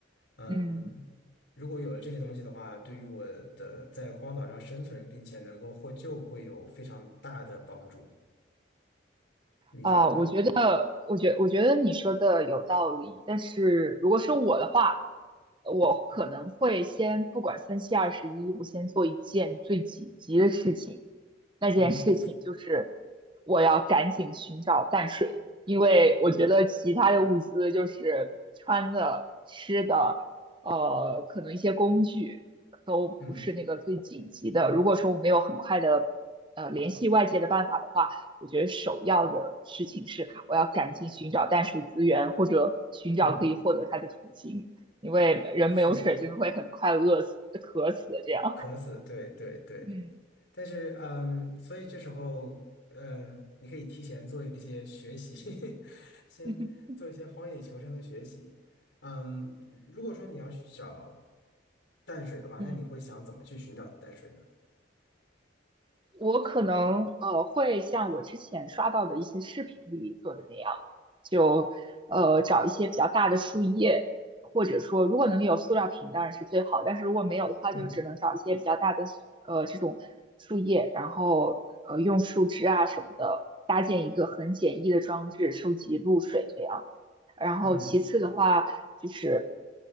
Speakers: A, on the left; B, on the right.
A: 嗯，
B: 嗯。
A: 如果有了这些东西的话，对于我的在荒岛上生存并且能够获救会有非常大的帮助。你觉得呢？
B: 啊，我觉得，我觉，我觉得你说的有道理。但是如果是我的话，我可能会先不管三七二十一，我先做一件最紧急的事情，那件事情，
A: 嗯
B: 就是我要赶紧寻找淡水，因为我觉得其他的物资就是穿的、吃的，呃，可能一些工具都不是那个最紧急的。
A: 嗯
B: 如果说我没有很快的呃联系外界的办法的话，我觉得首要的事情是我要赶紧寻找淡水资源，或者寻找可以获得它的途径，
A: 嗯，
B: 因为人没有水真的会很快饿死、
A: 是
B: 渴死的这样。
A: 渴死，对对对。
B: 嗯
A: 但是，嗯，所以这时候，嗯，你可以提前做一些学习，<laughs> 先做一些荒野求生的学习。
B: <laughs>
A: 嗯，如果说你要去找淡水的话，
B: 嗯，
A: 那你会想怎么去寻找淡水呢？
B: 我可能呃会像我之前刷到的一些视频里做的那样，就呃找一些比较大的树叶，或者说如果能有塑料瓶当然是最好，但是如果没有的话，
A: 嗯
B: 就只能找一些比较大的呃这种树叶，然后呃用树枝啊什么的搭建一个很简易的装置收集露水这样。然后其次的话就是
A: 嗯